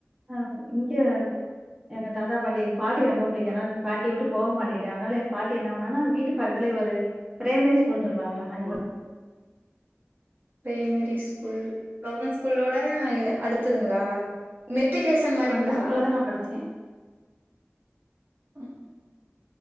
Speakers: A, on the right; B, on the right.
A: ஆஹ் இங்க எங்க தாத்தா பாட்டி பாட்டி ரொம்ப புடிக்கோ அனால பாட்டிய விட்டு போக மாட்டேன்ட்டே அதனால எங்க பாட்டி என்ன பண்ணாங்கன்னா வீட்டு பக்கத்துலயே ஒரு பிரைமரி ஸ்கூல்ன்னு சொல்லுவாங்கல்ல அங்க ஒன்
B: பிரைமரி ஸ்கூல் கவர்மெண்ட் ஸ்கூலோட அடுத்ததுங்களா மெத் மெட்ரிகுலேசன் மாரிங்களா
A: அந்த ஸ்கூல்ல தான் நான் படிச்சேன்.
B: உம்